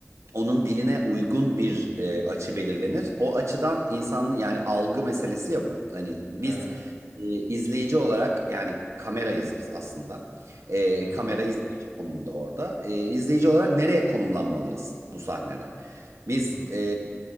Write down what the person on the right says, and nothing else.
onun diline uygun bir e, açı belirlenir. O açıdan insanın yani algı meselesi ya bu. Hani biz
e, izleyici olarak yani kamerayız biz aslında. E,
kamera izleyici konumunda orada. E, izleyici olarak nereye konumlanmalıyız bu sahnede? Biz
e,